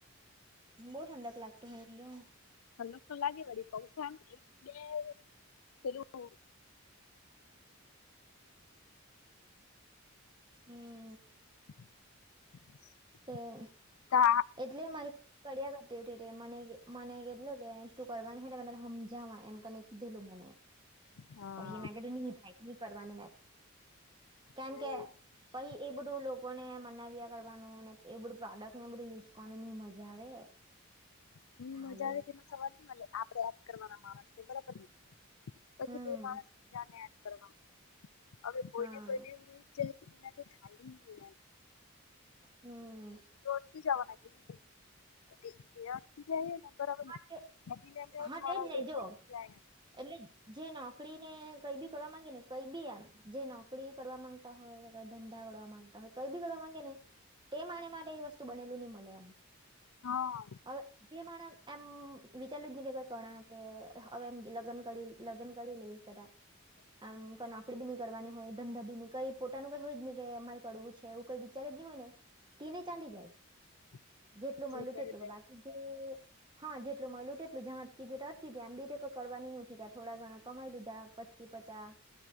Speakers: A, on the right; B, on the left.
A: બહુ ઠંડક લાગતું હોય ને?
B: ઠંડક તો લાગે વળી, પંખો એમ. કેમ? એે લોકો
A: હમ.
B: <unintelligible>
A: કે
B: કા
A: એટલે મારી કડિયા કરતી મને, મને કેટલું કે તું કરવાની હોય, ત્યારે મે તને સમજવા એમ કરીને કીધેલું મને
B: હા.
A: પછી મે કીધું ની. <unintelligible> કરવાની મે કેમ
B: ના
A: કે
B: એ
A: પછી
B: પડે
A: એ બધું લોકોને મનાવ્યા કરવાનું એ બધું પ્રોડક્ટ ને એ બધું યુઝ કરવાનું ની મજા આવે.
B: હમ
A: ખાલી
B: મજા આવે તેનો સવાલ નઈ મળે આપડે યાદ કરવાના માણસને બરાબર પછી
A: હમ
B: બે માણસને યાદ કરવાનું હવે કોઈને
A: હા
B: કોઈવું જથી એનાથી ખાઈ નહી એ
A: હમ.
B: ઓરથી જવાના <unintelligible> બરાબર
A: હા
B: નહી
A: તે
B: નને એમ
A: હા
B: કે મારો
A: તેજ ને
B: રપિયા
A: જો
B: <unintelligible>
A: એટલે જે નોકરી ને કઈ બી કરવા માંગી ને કઈ બી એમ જે નોકરી કરવા માંગતા હોય ધંધા કડવા માંગતા હોય કઈ બી ઘડવા માંગે ને તે માણે માટે એ વસ્તુ બનેલું નહી મળે એમ.
B: હા.
A: હવે જે માણસ એમ વિચારલું જ નહી કે કણા કે હવે એમ લગ્ન કરી લગ્ન કરી લેવુ <unintelligible> આમ કઈ નોકરી બી નહી કરવાની હોય ધંધા બી ની કઈ પોતાનું કઈ હોય જ નહી કે અમારે કરવું છે, એવું કોઈ વિચારે જ નહી હોય ને ટેને ચાલી જાય.
B: <inaudible>
A: જેટલું મયલું
B: કરે
A: તેટલું
B: દે
A: બાકી જે હા જેટલું મયલું તેટલું જા‌ અટકી ગું તા અટકી ગયુ આમ બી કરવાની નથી ઉઠી તા થોડા ઘણા કમાઈ લીધા પ ચી પચા